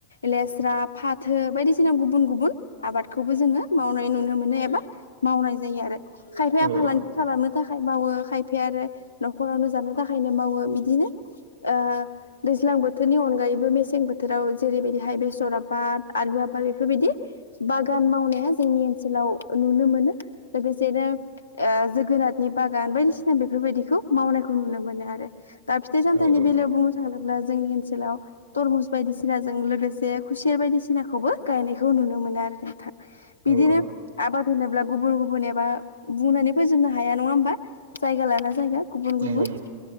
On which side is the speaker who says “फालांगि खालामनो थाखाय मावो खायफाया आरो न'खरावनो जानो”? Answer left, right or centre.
Left